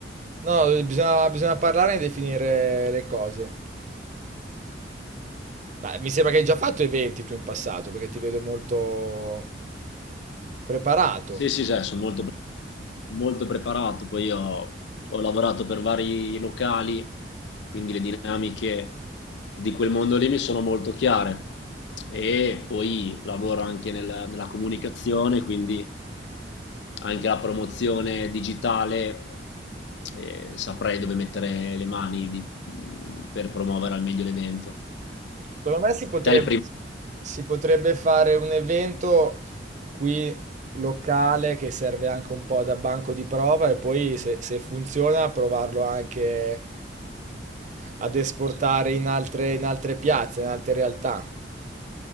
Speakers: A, on the right; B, on the left.
A: No, bisogna, bisogna parlare e definire le cose. Dai, mi sembra che hai già fatto eventi tu in passato, perché ti vedo molto preparato.
B: Sì, sì, sì, sono molto molto preparato, poi io ho lavorato per vari locali, quindi le dinamiche di quel mondo lì mi sono molto chiare e poi lavoro anche nel- nella comunicazione, quindi anche la promozione digitale, eh, saprei dove mettere le mani di- per promuovere al meglio l'evento.
A: Secondo me si potrebbe,
B: Te il primo...
A: si potrebbe fare un evento qui locale che serve anche un po' da banco di prova e poi se, se funziona provarlo anche ad esportare in altre, in altre piazze, in altre realtà.